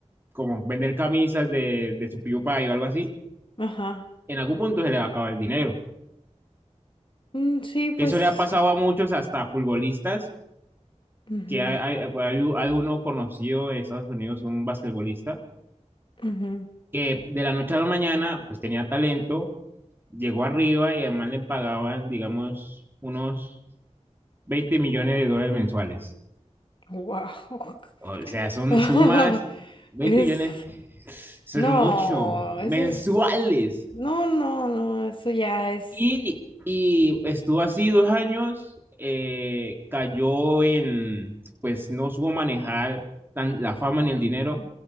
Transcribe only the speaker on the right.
como vender camisas de, de su PewDiePie o algo así,
en algún punto se le va a acabar el dinero.
Que eso le ha pasado a muchos, hasta futbolistas,
que hay, hay, hay, hay uno conocido de Estados Unidos, un basquetbolista,
que de la noche a la mañana pues tenía talento, llegó arriba y además le pagaban, digamos, unos 20 millones de dólares mensuales.
O sea, son
sumas, 20
millones, eso
es mucho, mensuales.
Y, y estuvo así dos años, eh, cayó en, pues no supo manejar tan, la fama ni el dinero,